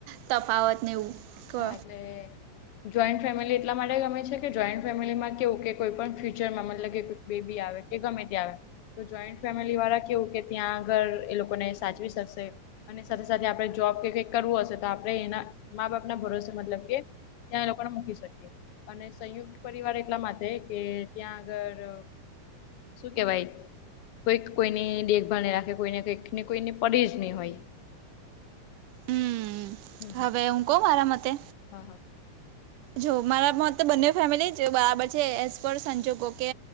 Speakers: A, on the right; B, on the left.
A: તફાવતને એવું કહો
B: હા એટલે જોઈન્ટ ફેમિલી એટલા માટે ગમે છે કે જોઈન્ટ ફેમિલીમાં કેવું કે કોઈ પણ ફ્યુચરમાં મતલબ કે બેબી આવે કે ગમે તે આવે. તો જોઈન્ટ ફેમિલીવાળા કેવું કે ત્યાં ઘર એ લોકોને સાચવી શકશે. અને સાથે સાથે આપડે જોબ કે કંઈક કરવું હશે તો આપડે એના મા બાપ ના ભરોસે મતલબ કે ત્યાં લોકોને મૂકી શકીએ. અને સંયુક્ત પરિવાર એટલા માટે કે ત્યાં આગળ શું કેવાય. કોઈક કોઈની દેખભાળ ને રાખે કોઈને કંઈક ને કોઈને પડી જ નય હોય.
A: હમ
B: હમ હમ
A: હવે હું કહું મારા મતે
B: હા હા.
A: જો મારા માટે બંને ફેમિલી જ બરાબર છે એઝ પર સંજોગો કે